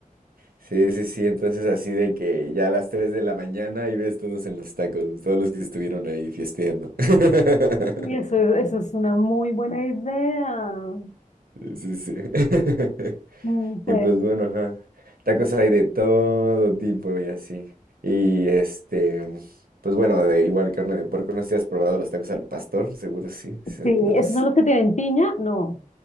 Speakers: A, on the right; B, on the left.
A: Sí, sí, sí, entonces así de que ya a las 3 de la mañana y ves todos en los tacos, todos los que estuvieron ahí fiesteando. <laughs>
B: <laughs> Y eso, es- eso es una muy buena idea.
A: Sí, sí. <laughs>
B: Mm, Pues
A: Y pues bueno, ajá, tacos hay de todo tipo y así. Y este, pues bueno, de igual carne de puerco, no sé si has probado los tacos al pastor, seguro sí. Sí,
B: sí,
A: de los...
B: ¿esos son los que tienen piña? No,